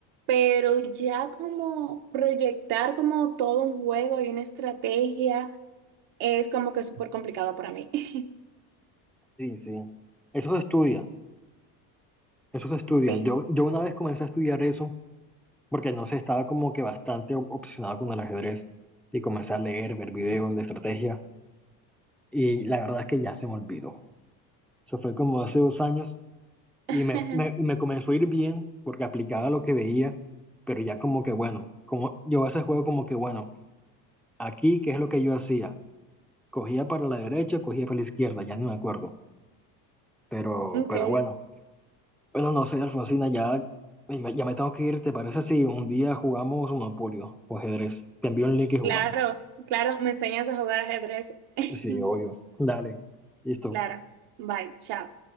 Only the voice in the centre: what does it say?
sí, sí. Eso se estudia, eso se estudia.
Yo, yo una vez comencé a estudiar eso porque no sé, estaba como que bastante ob- obsesionado con el ajedrez y comencé a leer, ver videos de estrategia y la verdad es que ya se me olvidó. Eso fue como hace dos años y
me, me, me comenzó a ir bien porque aplicaba lo que veía, pero ya como que bueno, como yo a ese juego como que bueno, aquí, ¿qué es lo que yo hacía? Cogía para la derecha, cogía para la izquierda, ya no me acuerdo. Pero,
pero bueno, bueno, no sé, Alfonsina, ya, eh, me- ya me tengo que ir. ¿Te parece si un día jugamos Monopolio o ajedrez? Te envío el link y jugamos.
Sí, obvio. Dale. Listo.